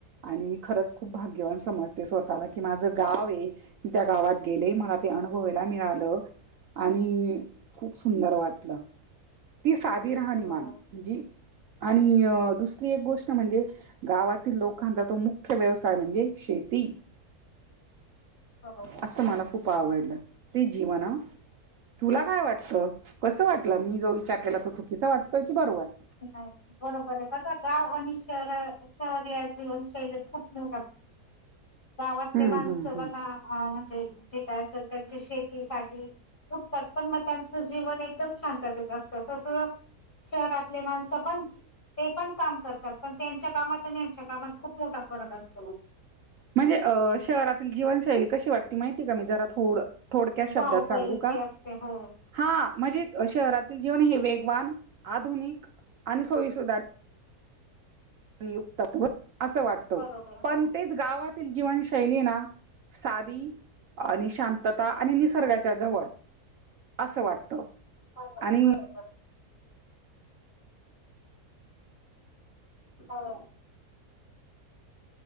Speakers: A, on the right; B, on the left.
A: आणि मी खरंच खूप भाग्यवान समजते स्वतःला. की माझं गाव आहे मी त्या गावात गेले मला ते अुभवायला मिळालं आणि खूप सुंदर वाटलं. ती साधी राहणीमान
B: बरोबर
A: जी आणि अन्य दुसरी एक गोष्ट म्हणजे गावातील लोकांचा तो मुख्य व्यवसाय म्हणजे शेती
B: <inaudible> बरोबर
A: असं मला खूप आवडलं ते जीवना तुला काय वाटतं कस वाटलं मी जो विचार केला तर चुकीचा वाटतो की बरोबर
B: नाही बरोबर आहे बघ गाव आणि शहर शहर या जीवनशैलीत खूप ना गावातले
A: हम्म
B: माणस
A: हम्म हम्म
B: बघा म्हणजे जे त्या त्यांच्या शेतीसाठी दुटतात पण मग त्यांचं जीवन एकदम शांततेत असतं तस शहरात आपले माणसं पण ते पण काम करतात पण त्यांच्या कामात आणि त्यांच्या कामात खूप मोठा फरक असतो
A: म्हणजे अ शहरातील जीवनशैली कशी वाटती माहिती का मी जरा थोडं थोडक्या शब्दात
B: धावपळीची
A: सांगू का
B: असते हो
A: हा म्हणजे शहरातील जीवन हे वेगवान आधुनिक आणि सोयीसुधार युक्त असं वाटत
B: बरोबर
A: पण
B: हो
A: तेच गावातील जीवनशैलीना साध आणि शांतता आणि निसर्गाच्या जवळ असं वाटतं
B: बरो
A: आणि
B: बरोबर ह